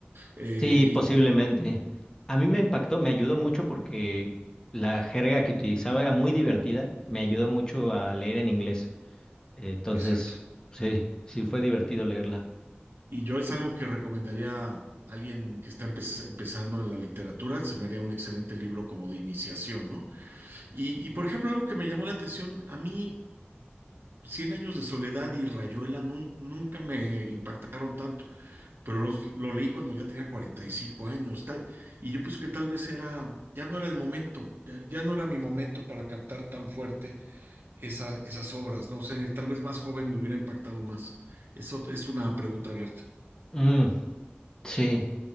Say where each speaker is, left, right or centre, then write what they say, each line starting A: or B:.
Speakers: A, on the right; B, on the left.
A: Eh,
B: Sí,
A: y
B: posiblemente. A mí me impactó, me ayudó mucho porque la jerga que utilizaba era muy divertida, me ayudó mucho a leer en inglés. Entonces,
A: Exacto.
B: sí, sí fue divertido leerla.
A: Y yo es algo que recomendaría a alguien que está empe- empezando en la literatura, se me haría un excelente libro como de iniciación, ¿no? Y, y, por ejemplo, algo que me llamó la atención, a mí Cien años de soledad y Rayuela nun- nunca me impactaron tanto, pero los, lo leí cuando ya tenía 45 años, tal, y yo pienso que tal vez era, ya no era el momento, ya, ya no era mi momento para captar tan fuerte esa- esas obras, no sé, tal vez más joven me hubiera impactado más. Eso es una pregunta abierta.
B: Mm, sí.